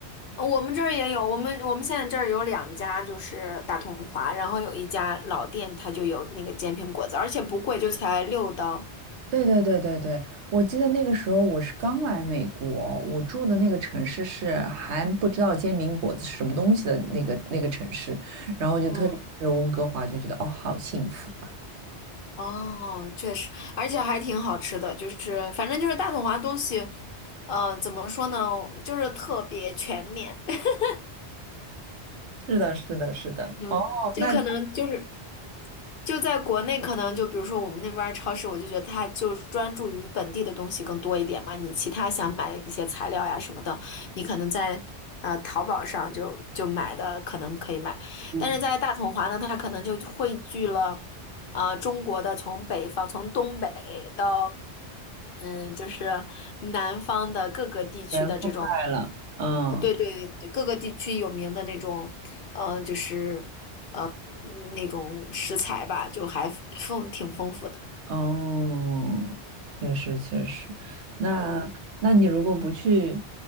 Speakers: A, on the left (about 55°); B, on the right (about 75°).
A: 呃我们这儿也有，我们我们现在这儿有两家，就是大统华，然后有一家老店，它就有那个煎饼果子，而且不贵，就才六刀。
B: 对对对对对，我记得那个时候我是刚来美国，我住的那个城市是还不知道煎饼果子是什么东西的那个那个城市，然后就特地去了温哥华，
A: 嗯。
B: 就觉得哦，好幸福啊！
A: 哦，确实，而且还挺好吃的，就是反正就是大统华东西，呃，怎么说呢，就是特别全面，<laughs>
B: 是的，是的，是的。
A: 嗯，
B: 哦，
A: 就可能就是。
B: 那
A: 就在国内，可能就比如说我们那边儿超市，我就觉得它就是专注于本地的东西更多一点嘛。你其他想买的一些材料呀什么的，你可能在呃淘宝上就就买的可能可以买，
B: 嗯
A: 但是在大统华呢，它可能就汇聚了呃中国的从北方从东北到嗯就是南方的各个地区的这种。
B: 全覆盖了。嗯，
A: 呃对对对，各个地区有名的那种，呃，就是呃那种食材吧，就还丰挺丰富的。
B: 哦，确实确实。那那你如果不去
A: 嗯，